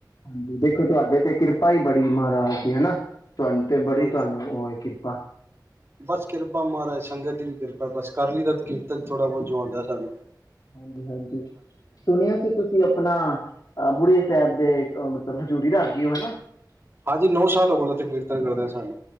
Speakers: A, on the left; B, on the right.
A: ਹਾਂਜੀ, ਦੇਖੋ ਤੁਹਾਡੇ ਤੇ ਕਿਰਪਾ ਹੀ ਬੜੀ ਮਹਾਰਾਜ ਦੀ ਹਨਾ। ਤੁਹਾਨੂੰ ਤੇ ਬੜੀ
B: ਹਾਂਜੀ
A: ਤੁਹਾਨੂੰ ਉਹ ਵਾਹ
B: ਬਸ ਕਿਰਪਾ ਮਹਾਰਾਜ ਸੰਗਤ ਦੀ ਵੀ ਕਿਰਪਾ ਬਸ ਕਰ ਲਈ ਤਾਂ ਕੀਰਤਨ ਥੋੜ੍ਹਾ ਬਹੁਤ ਜੋ ਆਉਂਦਾ ਸਾਨੂੰ
A: ਹਾਂਜੀ -ਹਾਂਜੀ ਸੁਣਿਆ ਸੀ ਤੁਸੀਂ ਆਪਣਾ ਬੁੜਿਏ ਸਾਹਿਬ ਦੇ ਮਤਲਬ ਹਜ਼ੂਰੀ ਰਾਗੀ ਹੋ ਹਨਾ।
B: ਹਾਂਜੀ ਨੋ ਸਾਲ ਹੋ ਗਏ ਤੇ ਕੀਰਤਨ ਕਰਦੇ ਹਾਂ ਸਾਨੂੰ